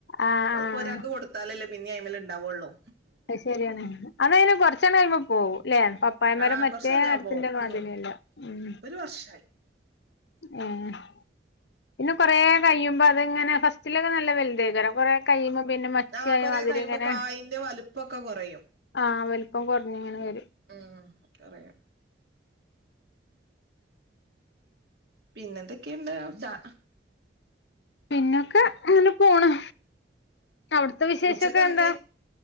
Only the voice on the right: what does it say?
നമ്മളിപ്പോ
ഒരാക്ക് കൊടുത്താലല്ലേ പിന്നെ അയ്മ്മല് ഉണ്ടാവൊള്ളൂ
ആഹ്
കൊറച്ച് കഴിഞ്ഞാ
പോവും
ഉം
ഒരു വർഷായി
ആഹ്
കൊറെ
കഴിയുമ്പോ
കായിന്റെ വലുപ്പൊക്കെ കൊറയും
ഉം കൊറയും പിന്നെന്തൊക്കെയുണ്ട് ചാ
ഉച്ചക്കന്ന്